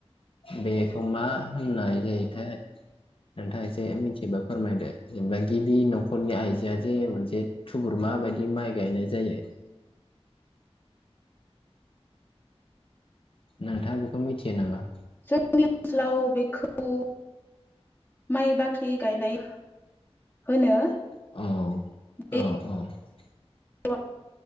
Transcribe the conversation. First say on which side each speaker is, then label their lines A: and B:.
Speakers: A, on the left (about 55°); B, on the left (about 20°).
A: बे मा होननाय जायोथाय नोंथाङा एसे मिथियोबा फोरमायदो जेनेबा गिबि नखरनि आइजोआ जे मोनसे थुगुरमा बायदि माइ गायनाय जायो। नोंथाङा बेखौ मिथियो नामा?
B: जोंनि ओनसोलाव बेखौ माइ बाख्रि गायनाय होनो।
A: औ औ
B: बे
A: औ
B: <unintelligible>